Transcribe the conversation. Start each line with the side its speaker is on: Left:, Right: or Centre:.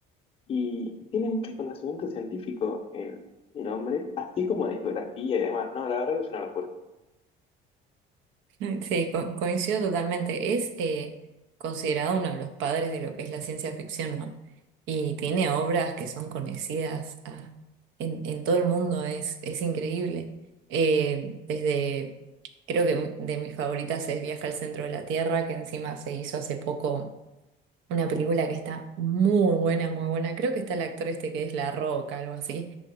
Left: Y tiene mucho conocimiento científico el, el hombre, así como de geografía y demás, ¿no? La verdad que es una locura.
Right: Mm, Sí, co- coincido totalmente. Es eh, considerado uno de los padres de lo que es la ciencia ficción, ¿no? Y tiene obras que son conocidas a- en, en todo el mundo, es, es increíble. Eh, desde, creo que m- de mis favoritas es Viaje al centro de la Tierra, que encima se hizo hace poco una película que está muy buena, muy buena. Creo que está el actor este que es La Roca, algo así.